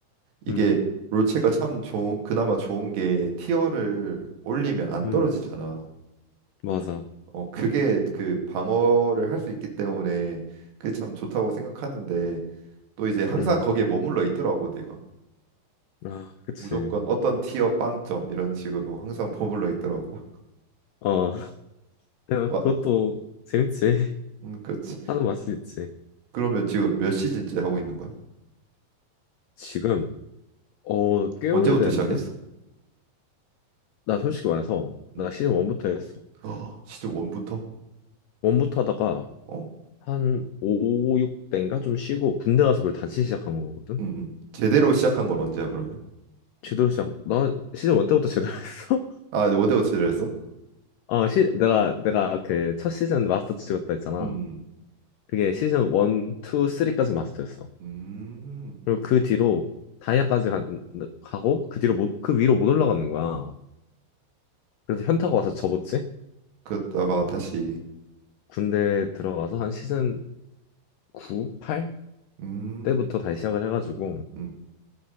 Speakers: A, on the right; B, on the left.
A: 이게
B: 음,
A: 롤체가 참 좋은 그나마 좋은 게 티어를 올리면 안
B: 음,
A: 떨어지잖아.
B: 맞아.
A: 어, 그게 그 방어를 할 수 있기 때문에 그게 참 좋다고 생각하는데 또 이제 항상
B: 음,
A: 거기에 머물러 있더라고 내가
B: 아, 그치.
A: 무조건 어떤 티어 빵점 이런 식으로 항상 <laughs> 머물러 있더라고
B: 어, <laughs> 내가
A: 막
B: 그것도 재밌지. <laughs>
A: 음, 그렇지
B: 하는 맛이 있지.
A: 그러면 지금 몇 시즌째 하고 있는 거야?
B: 지금, 어, 꽤 오래됐는데?
A: 언제부터 시작했어?
B: 나 솔직히 말해서, 나
A: 음.
B: 시즌 1부터 했어.
A: 어, 시즌 1부터?
B: 1부터 하다가,
A: 어.
B: 한 5, 6대인가 좀 쉬고, 군대 가서 그걸 다시 시작한 거거든?
A: 음. 음. 제대로 시작한 건 언제야 그러면?
B: 제대로 시작, 나 시즌 1 때부터 제대로 <laughs> 했어?
A: 아, 원데워치를 했어?
B: 아, 시, 내가, 내가 그 첫 시즌 마스터 찍었다 했잖아.
A: 음.
B: 그게 시즌 1, 2, 3까지 마스터였어.
A: 음.
B: 그리고 그 뒤로 다이아까지 가, 고그 뒤로 못, 그 위로 못 올라가는 거야. 그래서 현타가 와서 접었지.
A: 그랬다가 다시
B: 군대 들어가서 한 시즌 9, 8
A: 음.
B: 때부터 다시 시작을 해가지고
A: 음.